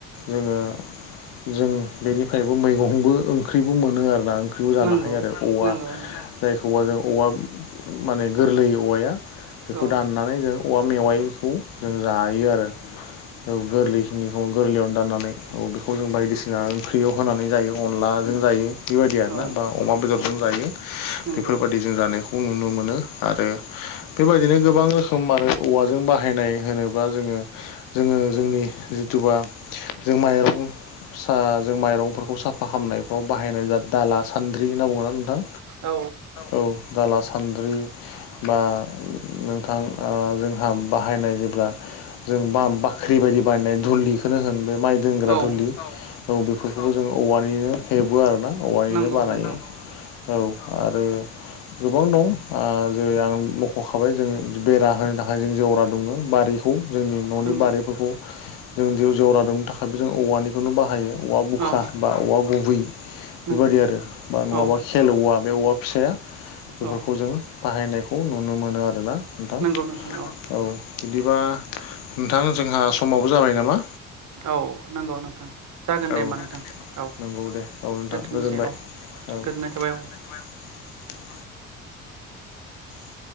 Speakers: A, on the left; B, on the right.
A: जोङो जों बेनिफ्रायबो मैगंबो ओंख्रिबो मोनो आरोना ओंख्रिबो जानो
B: नंगौ
A: हायो आरो औवा
B: नंगौ
A: जायखौबा जों औवा माने गोरलै औवाया बेखौ
B: औ
A: दाननानै जों औवा मेवाइखौ जों जायो आरो औ गोरलैखिनिखौ गोरलैयावनो दाननानै औ बेखौ जों बायदिसिना ओंख्रियाव होनानै जायो अनलाजों जायो बेबायदि आरोना
B: औ
A: बा अमा बेदरजों
B: औ
A: जायो।
B: नंगौ
A: बेफोरबायादि जों जानायखौ नुनो मोनो आरो बेबायदिनो गोबां रोखोम आरो औवाजों बाहायनाय होनोब्ला जोंङो जोंङो जोंनि जिथुबा जों माइरं स जों माइरंफोरखौ साफा खालामनायफ्राव बाहायनाय जा दाला सान्द्रि होनना बुंङोना नोंथां
B: औ
A: औ दाला सान्द्रि बा नोंथां ओ जोंहा बाहायनाय जेब्ला जों बा बाख्रि बायदि बानायनाय दुलिखौनो होन बे माइ दोनग्रा
B: औ
A: दुलि औ बेफोरखौबो जों औवानिनो हेबो आरोना औवानिनो
B: नंगौ
A: बानायो।
B: नंगौ
A: औ आरो गोबां दं ओ जे आं मख'खाबाय जों बेरा होनो थाखाय जों जेवरा दंङ बारि खौ जोंनि न'नि
B: नंगौ
A: बारिफोरखौ जों जेवरा दाबनो थाखायबो जों औवानिखौनो बाहायो औवा बुखा
B: औ
A: बा औवा गुबै
B: नंगौ
A: बेबायदि आरो बा नङाबा
B: औ
A: खेल औवा बे औवा फिसाया
B: औ
A: बेफोरखौ जों बाहायनायखौ नुनो मोनो आरोना नोंथां
B: नंगौ नोंथां
A: औ बिदिबा नोंथां जोंहा समावबो जाबाय नामा
B: औ नंगौ नोंथां जागोन दे
A: औ
B: होमबा नोंथां औ
A: नंगौ दे औ नोंथां
B: दोनथ'नोसै
A: गोजोनबाय
B: औ
A: औ
B: गोजोननाय थाबाय
A: <unintelligible> औ